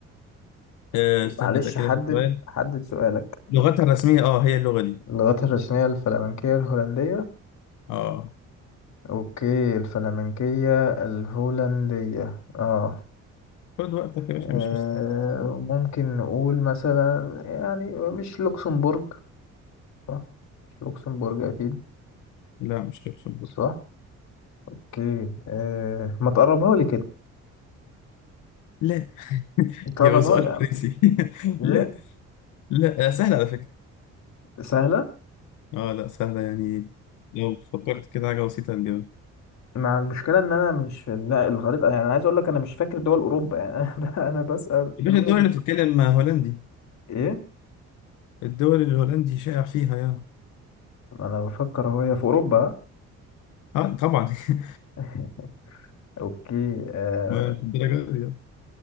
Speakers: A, on the left; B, on the left.
A: أه استنى
B: معلش
A: اتاكد
B: حدد
A: من السؤال
B: حدد سؤالك
A: لغتها الرسمية اه هي اللغة دي
B: اللغات الرسمية الفلامنكية الهولندية
A: اه
B: اوكي الفلامنكية الهولندية اه
A: خد وقتك يا باشا
B: آه،
A: مش مستني
B: ممكن نقول مثلا يعني مش لوكسمبورج صح مش لوكسمبورج اكيد
A: لا مش لوكسمبورغ
B: صح اوكي آه ما تقربها لي كده
A: لا
B: تقربها
A: يا هو سؤال
B: لي يا عم
A: فرنسي <laughs>
B: ايه
A: لا لا آه، سهلة على فكرة
B: سهلة
A: اه لا سهلة يعني لو فكرت كده حاجة بسيطة هتجيبها
B: مع المشكله ان انا مش في لا الخريطه يعني انا عايز اقول لك انا مش فاكر دول اوروبا يعني <laughs> انا ب- انا بسال
A: يا
B: دماغي
A: باشا الدول
B: بت...
A: اللي بتتكلم هولندي
B: ايه
A: الدول اللي الهولندي شائع فيها يعني
B: انا بفكر هو هي في اوروبا
A: اه طبعا <laughs>
B: <laughs> اوكي آه...
A: ما مش الدرجة دي